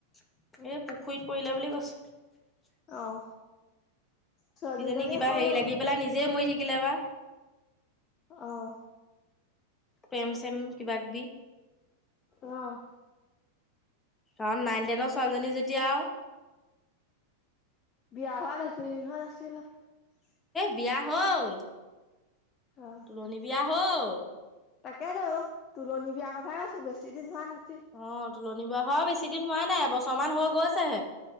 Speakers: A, on the left; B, on the left.
A: এ, পুখুৰীত পৰিলে বুলি কৈছে।
B: অ', ছোৱালীজনী
A: সজনী কিবা
B: সৰু
A: হেৰি লাগি পেলাই, নিজে মৰি থাকিলে বা?
B: অহ,
A: প্ৰেম-চেম, কিবা কিবি।
B: অহ,
A: অ, নাইন-টেনৰ ছোৱালীজনী যেতিয়া।
B: বিয়া হোৱা নাছিল, দ হোৱা আছিল অলপ। <unintelligible>
A: বিয়া হল,
B: অ
A: তোলনী বিয়া হল।
B: তাকেতো তুলনীৰ বিয়াৰ কথাই কৈছোঁ, বেছি দিন হোৱা নাই।
A: অ, তুলনীৰ বিয়া বেছি দিন হোৱা নাই এবছৰমান হৈ গৈছে।